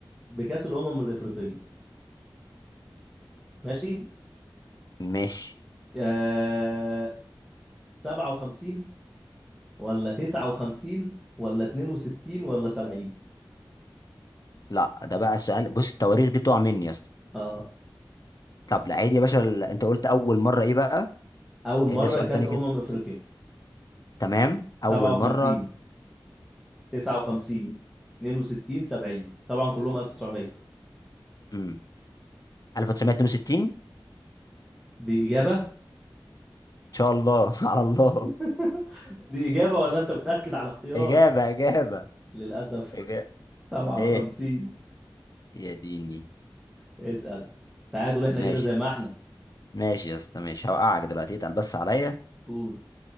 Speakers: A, in the centre; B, on the left (about 50°).
A: بكأس الأمم الإفريقية ماشي
B: ماشي
A: آه... 57 ولا 59 ولا 62 ولا 70
B: لا ده بقى سؤال بص التواريخ دي بتقع مني يا اسطى
A: اه
B: طب لا عادي يا باشا ال- انت قلت اول مره ايه بقى
A: أول مرة
B: عيد لي سؤال
A: كأس
B: تاني
A: أمم
B: كده
A: إفريقيا
B: تمام
A: 57
B: اول مره
A: 59 62 70 طبعا كلهم 1900
B: امم 1962 ان
A: دي إجابة
B: شاء الله <laughs> على الله
A: <laughs> دي إجابة ولا أنت بتأكد على اختيار
B: اجابه اجابه
A: للأسف
B: اجابه
A: 57
B: ايه يا ديني
A: اسأل تعادل احنا
B: ماشي
A: كده زي
B: يا
A: ما
B: اسطى
A: احنا
B: ماشي يا اسطى ماشي هوقعك دلوقتي اتقل بس عليا
A: قول